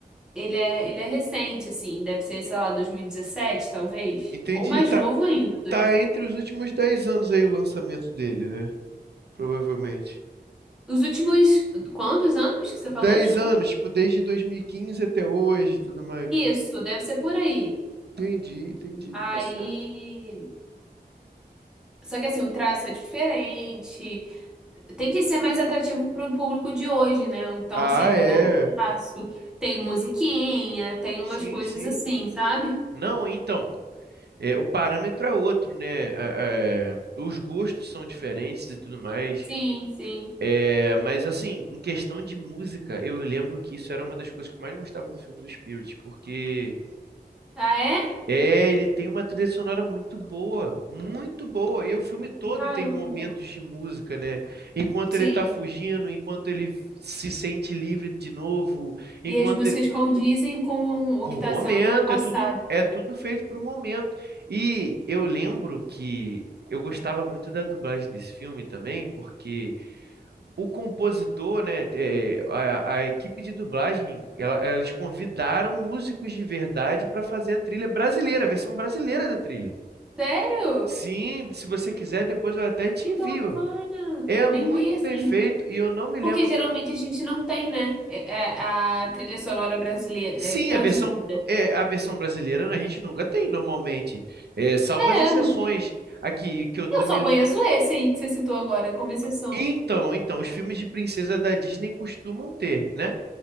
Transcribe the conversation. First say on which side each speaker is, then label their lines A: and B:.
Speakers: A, in the centre; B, on the right.
A: ele é, ele é recente, assim, deve ser, sei lá, 2017, talvez,
B: Entendi.
A: ou mais
B: Tá,
A: novo ainda. dois
B: tá
A: mil
B: entre os últimos 10 anos aí o lançamento dele, né? Provavelmente.
A: Os últimos, quantos anos que você
B: dez
A: falou? Desculpa.
B: anos, tipo, desde 2015 até hoje e tudo mais.
A: Isso, deve ser por aí.
B: Entendi, entendi,
A: Aí.
B: tá certo.
A: Só que assim, o traço é diferente. Tem que ser mais atrativo pro público de hoje, né? Então,
B: Ah,
A: assim, mudou
B: é.
A: o traço. Tem musiquinha, tem
B: Sim,
A: umas coisas
B: sim.
A: assim, sabe?
B: Não, então, é, o parâmetro é outro, né? É, é, os gostos são diferentes e tudo mais.
A: Sim, sim.
B: É, mas assim, em questão de música, eu lembro que isso era uma das coisas que eu mais gostava do filme do Spirit, porque
A: Ah, é?
B: É, ele tem uma trilha sonora muito boa, muito boa. E o filme todo
A: Caramba.
B: tem momentos de música, né? Enquanto
A: Sim.
B: ele tá fugindo, enquanto ele se sente livre de novo, enquanto
A: E as músicas
B: ele.
A: condizem com
B: Com
A: o que está
B: o momento,
A: sendo passado.
B: é tudo, é tudo feito pro momento. E eu lembro que eu gostava muito da dublagem desse filme também, porque o compositor, né, é, a, a equipe de dublagem, ela- elas convidaram músicos de verdade para fazer a trilha brasileira, a versão brasileira da trilha.
A: Sério?
B: Sim, se você quiser, depois eu até te
A: Que
B: envio.
A: bacana.
B: É
A: Me
B: muito
A: envia assim.
B: bem feito e eu não me lembro.
A: Porque geralmente a gente não tem, né? é- é- A trilha sonora brasileira
B: Sim,
A: é, traduzida.
B: a versão é a versão brasileira a gente nunca tem normalmente, é, salvo
A: É,
B: as exceções
A: é muito.
B: aqui que eu tô
A: Eu
B: me.
A: só conheço esse aí que você citou agora, como exceção.
B: Então, então, os filmes de princesa da Disney costumam ter, né?